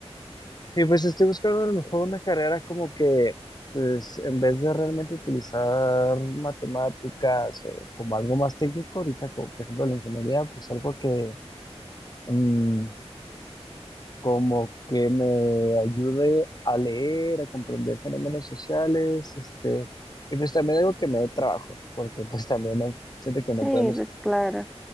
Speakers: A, on the left; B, in the centre.
A: Y pues estoy buscando a lo mejor una carrera como que, pues en vez de realmente utilizar matemáticas o como algo más técnico, ahorita como por ejemplo la ingeniería, pues algo que mm, como que me ayude a leer, a comprender fenómenos sociales, este, y pues también algo que me dé trabajo, porque pues también no, siento que no
B: Sí,
A: podemos
B: pues claro.